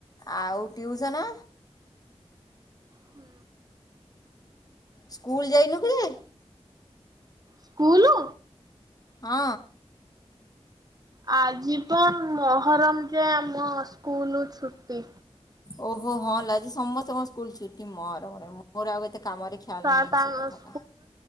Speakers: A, on the left; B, on the right.
A: ଆଉ ଟିଉସନ?
B: ହୁଁ।
A: ସ୍କୁଲ ଯାଇନୁ କିରେ?
B: ସ୍କୁଲ।
A: ହଁ।
B: ଆଜି ପା ମହରମ ଯେ ଆମ ସ୍କୁଲ ଛୁଟି।
A: ଓ ହୋ ହଁ ଲୋ ଆଜି ସମସ୍ତଙ୍କ ସ୍କୁଲ ଛୁଟି ମହରମ ରେ ମୋର ଆଉ ଏତେ କାମରେ ଖିଆଲ
B: <unintelligible>
A: ନାହିଁ ସେ କଥାଟା।